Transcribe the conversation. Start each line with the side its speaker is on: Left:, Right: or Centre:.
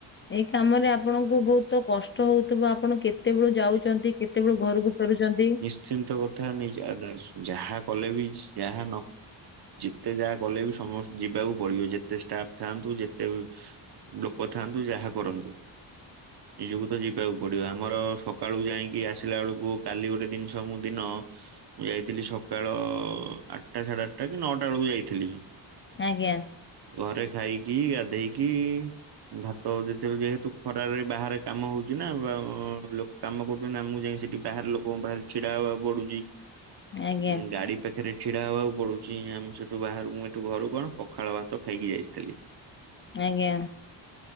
Left: ଏଇ କାମରେ ଆପଣଙ୍କୁ ବହୁତ କଷ୍ଟ ହଉଥିବ ଆପଣ କେ ତେବେଳୁ ଯାଉଛନ୍ତି କେତେବେଳୁ ଘରକୁ ଫେରୁଛନ୍ତି?
Right: ଶ୍ଚିନ୍ତ କଥା ନି- ଯ- ଆଗା-ଯାହା କଲେ ବି ଯାହା ନ ଯେତେ ଯାହା କଲେ ବି ସମସ୍ତେ ଯିବାକୁ ପଡିବ ଯେତେ ଷ୍ଟାଫ ଥାଆନ୍ତୁ ଯେତେ ଲୋକ ଥାଆନ୍ତୁ ଯାହା କରନ୍ତୁ ନିଜକୁ ତ ଯିବାକୁ ପଡିବ। ଆମର ସକାଳୁ ଯାଇକି ଆସିଲା ବେଳକୁ କାଲି ଗୋଟେ ଜିନିଷ ମୁଁ ଦିନ ମୁଁ ଯାଇଥିଲି ସକାଳ ଆଟା ସାଢ଼େ ଆଟା କି ନଅଟା ବେଳକୁ ଯାଇଥିଲି।
Left: ଆଜ୍ଞା।
Right: ଘରେ ଖାଇକି ଗାଧେଇକି ଭାତ ଯେତେବେଳେ ଯେହେତୁ ଖରାରେ ବାହାରେ କାମ ହଉଛି ନା ବାଅ ଲୋ କାମ କରୁଛନ୍ତି ନା ମୁଁ ଯାଇ ସେଠି ବାହାର ଲୋକଙ୍କ ପାଖରେ ଛିଡା ହବାକୁ ପଡୁଚି।
Left: ଆଜ୍ଞା
Right: ଉଁ ଗାଡି ପାଖରେ ଛିଡା ହେବାକୁ ପଡୁଛି ଆମେ ସେଠୁ ବାହାରୁ ମୁଁ ଏଠୁ ଘରୁ କଣ ପଖାଳ ଭାତ ଖାଇକି ଆସିଥିଲି।
Left: ଆଜ୍ଞା।